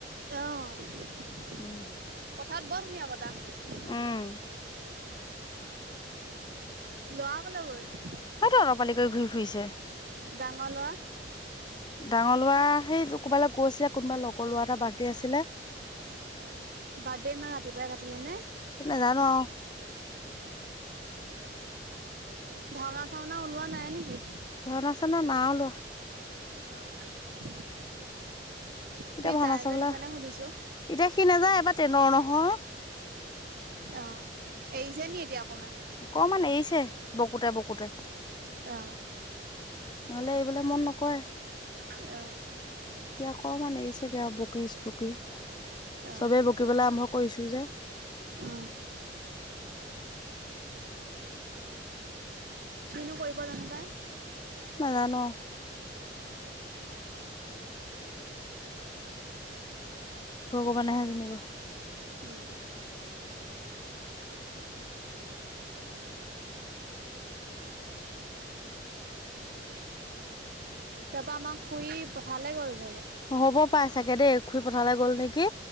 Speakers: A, on the right (about 55°); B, on the left (about 25°).
A: আহ পথাৰত
B: উম
A: বৰ ধুনীয়া বতাহ মাৰিছে।
B: উম
A: ল'ৰা কলৈ গ'ল।
B: হয়তো অতপালি কৰি ঘূৰি ফুৰিছে।
A: ডাঙৰ ল'ৰা?
B: ডাঙৰ ল'ৰা সেই ক'ৰবালৈ গৈছিলে, কোনোবা লগৰ ল'ৰা এটা বাৰ্থডে আছিলে।
A: অ', বাৰ্থডে ৰাতিপুৱাই কাটিলে নে?
B: নেজানো।
A: ভাওনা-চাওনা ওলোৱা নাই নেকি?
B: ভাওনা চাওনা <unintelligible>
A: অ'।
B: এতিয়া
A: সি
B: ভাওনা
A: যাই
B: চাবলৈ
A: যে সেইটো কাৰণে সুধিছো
B: এতিয়া সি নাযায় এবাৰ <inaudible>
A: অ', এৰিছে নি এতিয়া? অকমান
B: অকমান এৰিছে, বকুতে বকুতে।
A: অ
B: নহ'লে এইবোলে মন নকৰে।
A: অ।
B: এতিয়া অকমানে এৰিছেগে বকিচ বকি।
A: অ
B: চবেই বকিবলৈ আৰম্ভ কৰিছোঁ যে।
A: অ কিনো কৰিব জানো পাই?
B: নাজানোঁ। ভগৱানেহে জানিব।
A: উম! তাৰ পৰা আমাক শুই পথাৰলৈ গ'ল। চাগে
B: হ'ব পাই চাগে দেই, ঘূৰি পথাৰলৈ গ'ল নেকি